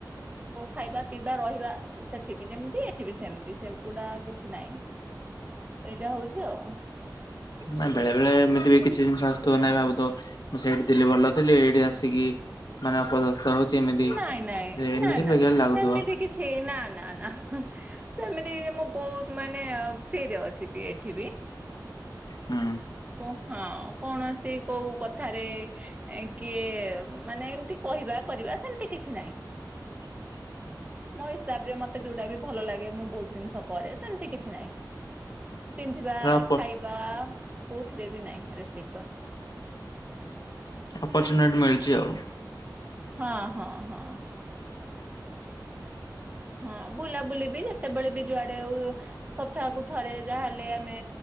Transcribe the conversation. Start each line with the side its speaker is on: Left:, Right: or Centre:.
Right: ଖାଇବା, ପିଇବା, ରହିବା ସେଠି ବି ଯେମିତି, ଏଠି ବି ସେମିତି । ସେଗୁଡା କିଛି ନାହିଁ।
Left: <inaudible>
Right: ଏଇଟା ହଉଛି ଆଉ।
Left: ନା ବେଳେ ବେଳେ ଏମିତି ବି କି କିଛି ଜିନିଷ ଆସୁଥିବ ନାଇଁ ଭାବୁ ଥବ, ମୁଁ ସେଇଠି ଥିଲି ଭଲ ଥିଲି ଏଇଠି ଆସିକି <unintelligible>
Right: ନାଇଁ ନାଇଁ
Left: ଏମିତି
Right: ନା ନା
Left: ବେକାର
Right: ନା
Left: ଲାଗୁଥିବ
Right: ସେମିତି କିଛି ନା ନା ନା ସେମିତି କିଛି ମୁଁ ବହୁତ ମାନେ ଫ୍ରିରେ ଅଛି ବି ଏଠି ବି।
Left: ହୁଁ।
Right: ଆ ହଁ କୌଣସି କୋଉ କଥାରେ କିଏ ମାନେ ଏମିତି କହିବା, କରିବା ସେମିତି କିଛି ନାହିଁ।
Left: <inaudible>
Right: ମୋ ହିସାବରେ ମତେ ଯୋଉଟା ବି ଭଲ ଲାଗେ ମୁଁ ବହୁତ ଜିନିଷ କରେ ସେମତି କିଛି ନାହିଁ। ପିନ୍ଧିବା,
Left: ଅପ
Right: ଖାଇବା କୋଉଥିରେ ବି ନାହିଁ ରେଷ୍ଟ୍ରିକସନ।
Left: ଅପର୍ଚୁନିଟି ମିଳିଛି ଆଉ।
Right: ହଁ ହଁ ହଁ। ହଁ ବୁଲାବୁଲି ବି ଯେତେବେଳେ ବି ଯୁଆଡେ ଆଉ ସପ୍ତାହକୁ ଥରେ ଯାହାହେଲେ ଆମେ